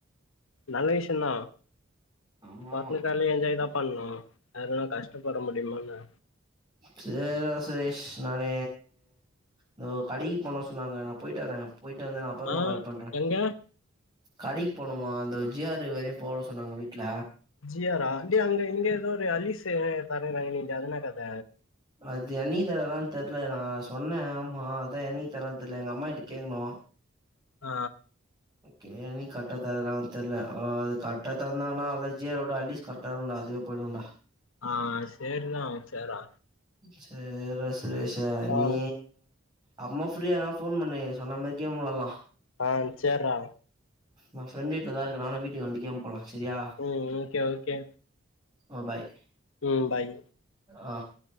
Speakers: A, on the left; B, on the right.
A: நல்ல விஷ்யந்தா
B: ஆமா
A: <unintelligible>
B: ஆமா
A: என்ஜாய்தா பண்ணு அதல்லா கஷ்டப்பட முடிமான்ன
B: சேரிடா சுரேஷ் நானு ந்தோ கடைக்கு போனு சொன்னாங்க நா போய்ட்டு வரே போய்ட்டு வந்து நா அப்பறமா
A: ஆஹ்
B: கால் பண்றே
A: எங்க
B: கடைக்போனுமா அந்த ஜியாறு வரையு போற சொன்னாங்க வீட்ல
A: ஜியாரா டே அங்க இங்க எதோரு அலிஸு தரேராங்க நீன்ட்ட அது ன்னா கத
B: அது என்னிக்கி தரரான் தெர்ல நா சொன்னே ஆமா அதா என்னிக்கு தரா தெர்ல எங்கம்மாகிட்ட கேக்கனு
A: ஆ
B: கே நீ கட்டா தரராங் தெர்ல ஆ அது கட்டா தந்தாங்னா அது ஜியாரோட அலீஸ் கர்ட்டாருக்குடா அதயே பண்ணுவோன்டா
A: ஆ சேரிதா சேரா
B: சேர்ரா சுரேஷு நீ
A: ஆஹ்
B: அப்மா ப்ரீயானா ஃபோன் பண்ணு சொன்ன மாரி கேம் வெளாலா
A: ஆ சேர்ரா
B: நா ஃப்ரெண்டு வீட்லதாருக்கே நானு வீட்டுக்கு வன்ட்டு கேம் போலா செரியா
A: ம் ஓகே ஓகே
B: ஓ பாய்
A: ம் பாய்
B: ஆ